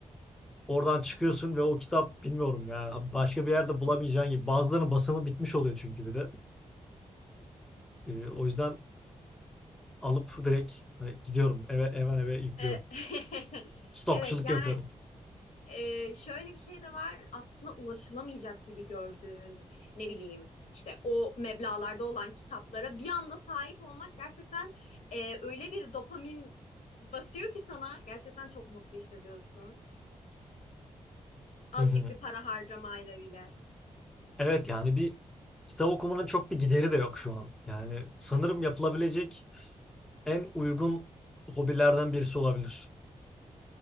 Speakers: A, in the centre; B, on the left.
A: oradan çıkıyorsun ve o kitap bilmiyorum ya başka bir yerde bulamayacağın gibi. Bazılarının basımı bitmiş oluyor çünkü bir de. Ee, o yüzden alıp direkt hani gidiyorum eve eve eve yüklüyorum.
B: E, <laughs>
A: Stokçuluk
B: Evet yani
A: yapıyorum.
B: Ee, şöyle bir şey de var aslında ulaşılamayacak gibi gördüğün ne bileyim işte o meblağlarda olan kitaplara bir anda sahip olmak gerçekten e, öyle bir dopamin basıyor ki sana gerçekten çok mutlu hissediyorsun. Azıcık
A: Hı hı.
B: bir para harcamayla bile.
A: Evet yani bir kitap okumanın çok bir gideri de yok şu an. Yani sanırım yapılabilecek en uygun hobilerden birisi olabilir.